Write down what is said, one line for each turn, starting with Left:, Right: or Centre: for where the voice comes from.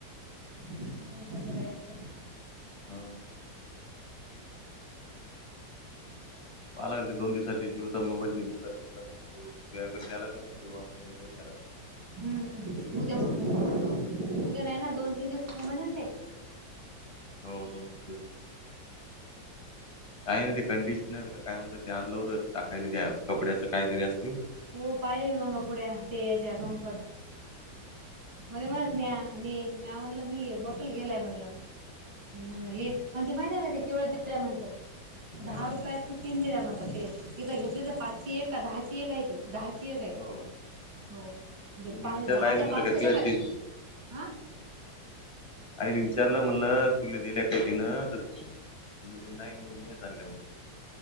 Right: हम्म तसं काही असल.
Left: <unintelligible> पाहाला लागन ते दोन दिवसात ते जिओचा मोबाईल तो दुसरा भेटला तर मग तुह्याकडे द्याय लागलं. <unintelligible> <unintelligible>
Right: हम्म उद्या मग उद्या नाही ना, दोन तीन दिवस थांबा म्हणे ना ते.
Left: होव दोन तीव काय नाही ते कंडिशनर का काय म्हणता ते आणलं होतं टाकायला त्या कपड्याचं काय तरी अस
Right: हो पाहिले मी मंगा पुढ्या ते याच्या कम्फर्ट. म्हणे म्हणत म म्या मी म्हणलं मी बॉटल घेलाय म्हणल. मला एक आन ते माहिती आहे का ते केवळ्या दिल्या म्हणतात दहा
Left: हा
Right: रुपयात तीन दिल्या म्हणतात ते इथं घेतले तर पाचचीय का दहाचीय का आहे ती दहाची ची एक हाय
Left: हो
Right: हो
Left: का
Right: दे
Left: मी
Right: पाहे
Left: विचारलं
Right: दहाच्या
Left: आईला म्हणलं
Right: पाच कशा
Left: तुझ्याच
Right: काय
Left: ते
Right: आं.
Left: आईले विचारलं म्हणलं तुला दिल्या काय तिनं तर मी म्हणली नाय म्हणाली मी च आणल्या म्हण.